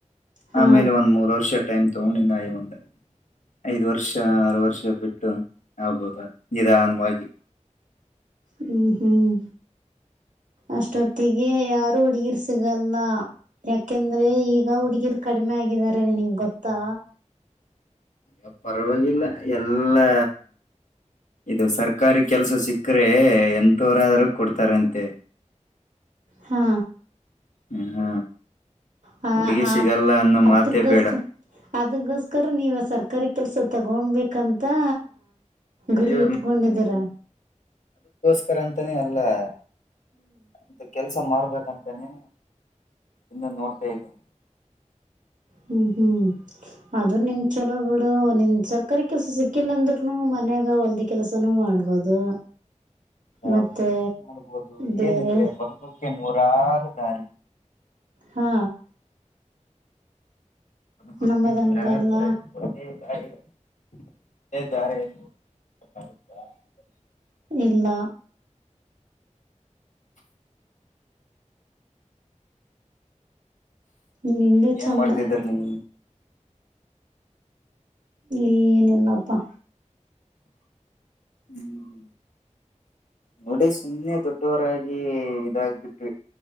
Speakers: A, on the right (about 85°); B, on the left (about 75°).
A: ಹಾ
B: ಆಮೇಲೆ ಒಂದ್ ಮೂರ್ ವರ್ಷ ಟೈಮ್ ತಗೊಂಡಿನ ಒಂದೆ ಐದ್ ವರ್ಷ ಆರು ವರ್ಷ ಬಿಟ್ಟು ಆಗ್ಬೋದ ನಿಧಾನ್ವಾಗಿ
A: ಹ್ಮ್ ಹ್ಮ್ ಅಷ್ಟೊತ್ತಿಗೆ ಯಾರು ಹುಡ್ಗೀರ್ ಸಿಗಲ್ಲ ಯಾಕೆಂದ್ರೆ ಈಗ ಹುಡ್ಗೀರ್ ಕಡಿಮೆ ಆಗಿದಾರೆ ನಿನಿಗ್ ಗೊತ್ತಾ
B: ಅ ಪರ್ವಾಗಿಲ್ಲ ಎಲ್ಲಾ ಇದು ಸರ್ಕಾರಿ ಕೆಲ್ಸ ಸಿಕ್ಕ್ರೆ ಎಂತವ್ರ್ ಆರೂ ಕೊಡ್ತಾರಂತೆ
A: ಹಾ
B: ಹ್ಮ್
A: ಹ
B: ಹುಡುಗಿ
A: ಆದ್
B: ಸಿಗಲ್ಲ ಅನ್ನೋ
A: ಅದ್ದುಗೋಸ್ಕ
B: ಮಾತೇ ಬೇಡ
A: ಅದುಗೋಸ್ಕರ ನೀವ ಸರ್ಕಾರಕ್ ಕೆಲಸ ತಗೊಬೇಕಂತಾ
B: ಅಯ್ಯೋ
A: ಗುರಿ ಇಟ್ಕೊಂಡಿದೀರ
B: ಕರ ಅಂತಾನೇ ಅಲ್ವಾ ಮತ್ತೆ ಕೆಲ್ಸ ಮಾಡ್ಬೇಕಂತ್ ತೆನೀ ಇನ್ನು ನೋಡ ಇದೀನಿ
A: ಹ್ಮ್ ಹ್ಮ್ ಆದುರು ನಿಮ್ ಚಲೋ ಬಿಡು ನಿಮ್ ಸರ್ಕಾರಿ ಕೆಲ್ಸ ಸಿಕ್ಕಿಲ್ಲ ಅಂದುರ್ನೂ ಮನ್ಯಾಗ ಹೊಲ್ದಿ ಕೆಲಸನೂ ಮಾಡ್ಬೋದು
B: ಹೌದ್
A: ಮತ್ತು
B: ಆದ್ರೆ ಮಾಡ್ಬೋದು
A: ಬೇರೆ
B: ಏನಿದೆ ಬದುಕೋಕ್ ಕೆ ನೂರಾರು ದಾರಿ
A: ಹಾ
B: <unintelligible>
A: ನಮ್ಮದು ಹಂಗಲ್ಲ
B: <inaudible>
A: ಇಲ್ಲ ನಿಂದೆ
B: ಏನ್
A: ಚಂದ
B: ಮಾಡ್ತಿದ್ರ ನೀವು
A: ಏನಿಲ್ಲಪ್ಪ
B: ಹ್ಮ್ ನೋಡಿ ಸುಮ್ನೆ ದೊಡ್ಡವರಾಗಿ ಇದಾಗಬಿಟ್ವಿ